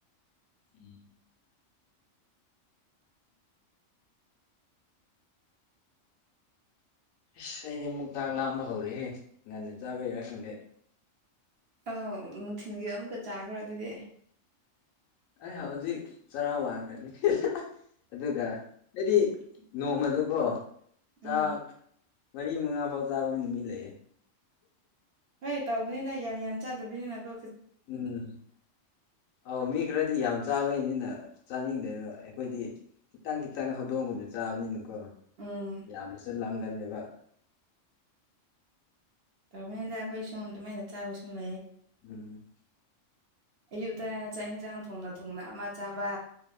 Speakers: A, on the left (about 85°); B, on the right (about 60°).
A: ꯎꯝ ꯏꯁꯁ ꯑꯩꯗꯤ ꯑꯃꯨꯛꯇꯥꯛ ꯂꯥꯝꯕ ꯍꯧꯔꯦꯍꯦ ꯉꯟꯅ ꯆꯥꯕꯩꯔꯥ ꯈꯪꯗꯦ
B: ꯑꯥꯎ ꯅꯨꯡꯊꯤꯜꯒꯤ ꯑꯃꯨꯛꯀ ꯆꯥꯈ꯭ꯔꯦ ꯑꯗꯨꯗꯤ
A: ꯑꯩ ꯍꯧꯖꯤꯛ ꯆꯔꯥ ꯋꯥꯡꯈꯅꯤ ꯑꯗꯨꯒ ꯑꯩꯗꯤ ꯅꯣꯡꯃꯗꯀꯣ
B: ꯎꯝ
A: ꯆꯥꯛ ꯃꯔꯤ ꯃꯉꯥ ꯐꯥꯎ ꯆꯥꯕ ꯅꯨꯃꯤꯠ ꯂꯩꯦ
B: ꯍꯣꯏ ꯇꯧꯕꯅꯤꯅ ꯌꯥꯝ ꯌꯥꯝ ꯆꯥꯗꯕꯅꯤꯅ ꯀꯣ
A: ꯎꯝ ꯑꯥꯎ ꯃꯤꯈ ꯔ ꯑꯗꯨ ꯌꯥꯝ ꯆꯥꯕꯩꯅꯤꯅ ꯆꯥꯅꯤꯡꯗꯅ ꯑꯩꯈꯣꯏꯗꯤ ꯈꯤꯇꯪ ꯈꯤꯇꯪ ꯍꯧꯗꯣꯡꯒꯨꯝꯗ ꯆꯥꯕ
B: ꯎꯝ
A: ꯌꯥꯕꯁ ꯂꯒꯂꯦꯕ
B: ꯇꯃꯥꯏꯗ ꯑꯩꯈꯣꯏ ꯁꯨꯝ ꯑꯗꯨꯃꯥꯏꯅ ꯆꯥꯕ ꯁꯨꯝ ꯂꯩꯌꯦꯦ
A: ꯎꯝ
B: ꯑꯌꯨꯛꯇ ꯆꯥꯛꯟꯁꯥꯡ ꯊꯣꯡꯅ ꯊꯣꯡꯅ ꯑꯃ ꯆꯥꯕ